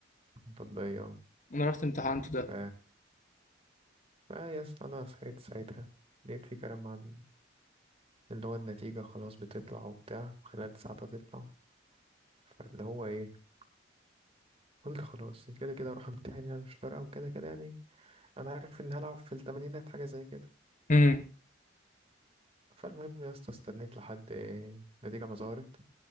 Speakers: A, on the right (about 30°); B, on the left (about 40°).
A: التطبيقية اه.
B: انا رحت امتحنت ده
A: ف بقى يا اسطى انا صحيت ساعتها لقيت في كلام عن اللي هو النتيجة خلاص بتطلع وبتاع خلال ساعة تطلع فاللي هو ايه قلت خلاص كده كده اروح امتحن يعني مش فارقه وكده كده يعني انا عارف ان هلعب في التمانينات حاجه زي كده
B: امم
A: فالمهم يا اسطى استنيت لحد النتيجه ما ظهرت